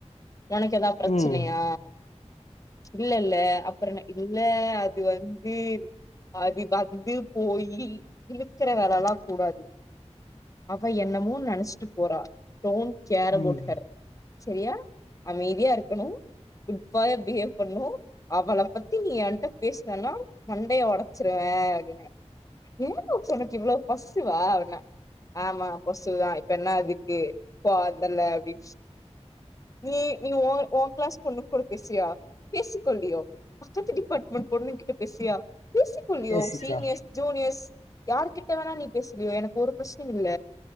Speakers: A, on the left; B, on the left.
A: ஒனக்கு எதா ப்ரச்சனையா
B: ம்
A: இல்ல இல்ல அப்பறன இல்ல அது வந்து அது வந்து போயி இழுக்குற வேலல்லா கூடாது அவ என்னமோ நெனச்சிட்டு போறா டோன்ட் கேர் அபௌட்
B: ம்
A: ஹெர் செரியா அமைதியா இருக்கணு குட்பாயா பிஹேவ் பண்ணு அவள பத்தி நீ ஏண்ட்ட பேசுனனா மண்டைய ஒடச்சிருவே அப்டின ஏ <unintelligible> ஒனக் இவ்ளோ பொசஸிவ்வா அப்னா ஆமா பொசஸிவ்தா இப்ப என்ன அதுக்கு <unintelligible> அப்டி நீ நீ ஒ ஓங் க்ளாஸ் பொண்ணுங் கூட பேசுவியா பேசிக்கொண்டியோ பக்கத்து டிபார்ட்மெண்ட் பொண்ணுங் கிட்ட பேசுவியா பேசிக்கொள்ளியோ
B: பேசிக்கோ
A: சீனியர்ஸ் ஜூனியர்ஸ் யாரு கிட்ட வேணா நீ பேசிக்க எனக்கு ஒரு ப்ரச்ன இல்ல